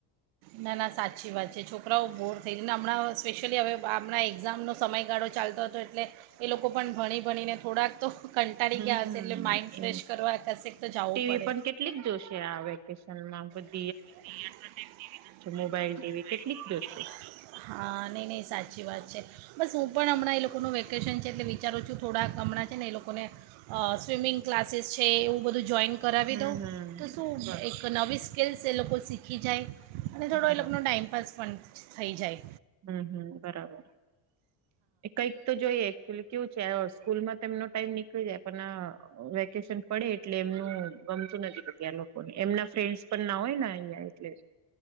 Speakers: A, on the right; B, on the right.
A: ના ના સાચી વાત છે, છોકરી થોડા બોર થઈ ગને હમણાં સ્પેશિયલી હવે આપણાં એક્ઝામનો સમયગાળો ચાલતો હતો એટલે એ લોકો પણ ભણી ભણીને થોડાક તો કંટાળી
B: હમ
A: ગયા હશે એટલે માઇન્ડ ફ્રેશ
B: એ
A: કરવા હશે તો જવું
B: ટીવી
A: પડે.
B: પણ કેટલીક જોશે આ વેકેશન. <unintelligible>
A: <inaudible>
B: મોબાઈલ ટીવી કેટલીક જોશે
A: હા નઈ નહી સાચી વાત છે. બસ હું પણ હમણાં એ લોકોનું વેકેશન છે, એટલે વિચારું છું, થોડાક હમણાં છે ને એ લોકોને સ્વિમિંગ ક્લાસીસ છે, એવું બધું જોઈન. કરાવી
B: હમ
A: દઉં
B: હમ
A: તો શું
B: બરોબર
A: એક નવી <unintelligible> <unintelligible> લોકો શીખી જાય. અને
B: બરાબર
A: થોડો એ લોકો ન ટાઈઇમપાસ પણ. થઈ જાય.
B: હમ હમ બરાબર. એ કઈક તો જોઈએ એકચુલી કેવું છે, સ્કૂલમાં તેમનો ટાઈમ નીકળી જાય પણ વેકેશન. પડે એટલે એમનું ગમતું નથી <unintelligible> એમના ફ્રેન્ડ પણ ના હોય ને અહં એટલે.